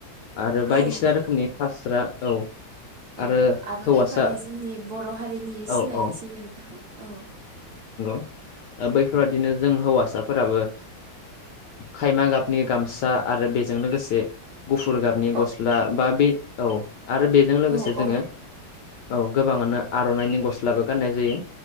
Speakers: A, on the left; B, on the right.
A: आरो बायदिसिना
B: औ
A: रोखोमनि फास्रा औ
B: औ
A: आरो
B: आर'नाइ
A: हौवासा
B: फालि जोंनि बर' हारिनि
A: औ
B: सिनायथि
A: औ
B: नोंथां औ
A: <inaudible> बैफोरबायदिनो जों हौवासाफोराबो खायमा गाबनि गामसा आरो बे जों लोगोसे गुफुर गाबनि
B: औ
A: गस्ला बा बे औ आरो बेजों लोगोसे
B: औ
A: जोङो
B: औ
A: औ गोबाङानो आर'नाइनि गस्लाबो गाननाय जायो